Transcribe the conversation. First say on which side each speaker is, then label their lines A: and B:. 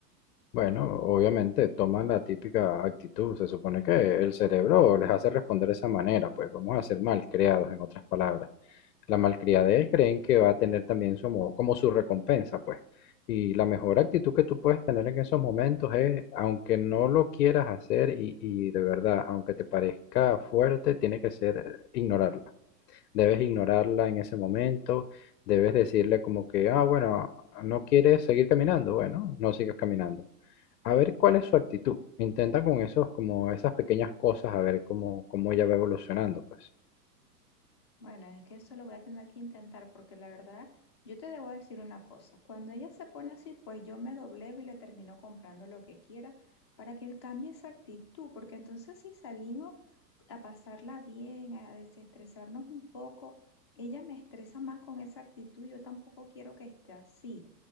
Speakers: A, on the left (about 65°); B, on the left (about 20°).
A: Bueno, obviamente toman la típica actitud. Se supone que el cerebro les hace responder de esa manera, pues vamos a ser malcriados, en otras palabras. La malcriadez creen que va a tener también su, mo- como su recompensa, pues. Y la mejor actitud que tú puedes tener en esos momentos es, aunque no lo quieras hacer y, y de verdad, aunque te parezca fuerte, tiene que ser eh, ignorarla. Debes ignorarla en ese momento, debes decirle como que, ah, bueno, no quieres seguir caminando, bueno, no sigas caminando a ver cuál es su actitud. Intenta con esos, como esas pequeñas cosas, a ver cómo, cómo ella va evolucionando, pues.
B: Bueno, es que eso lo voy a tener que intentar porque la verdad, yo te debo decir una cosa, cuando ella se pone así, pues yo me doblego y le termino comprando lo que quiera para que cambie esa actitud, porque entonces si salimos a pasarla bien, a desestresarnos un poco, ella me estresa más con esa actitud, yo tampoco quiero que esté así,